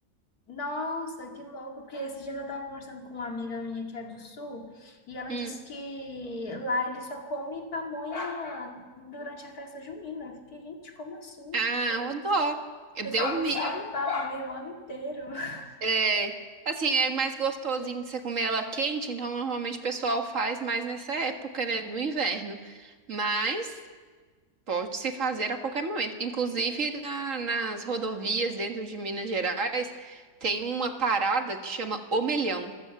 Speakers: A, on the left; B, on the right.
A: Nossa, que louco, porque esse dia eu tava conversando com uma amiga minha que é do sul e ela
B: Hum.
A: disse que lá ele só come pamonha durante a festa junina. Eu fiquei, gente, como assim?
B: Ah,
A: A pessoa vive,
B: o dó.
A: a pessoa
B: Deu milho.
A: vive sem pamonha o ano inteiro. <laughs>
B: É, assim, é mais gostosinho de você comer ela quente, então normalmente o pessoal faz mais nessa época, né, do inverno. Mas pode se fazer a qualquer momento. Inclusive na- nas rodovias dentro de Minas Gerais tem uma parada que chama Omelhão.